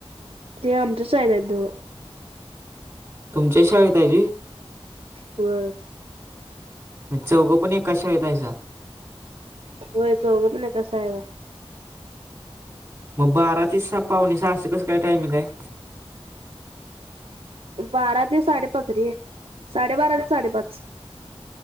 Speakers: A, on the right; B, on the right.
A: ते आमच्याच शाळेत आहेत...
B: तुमच्या शाळेत आहेत होय
A: होय..
B: म्हणज चौघं पण एकच शाळेत आहेत का?
A: होय चौघ पण एकाच शाळेत आहेत.
B: मग बारा ते सहा पावणे सहा कसं काय टायमिंग आहे..
A: बारा ते साडे पाच र आहे साडे बारा ते साडे पाच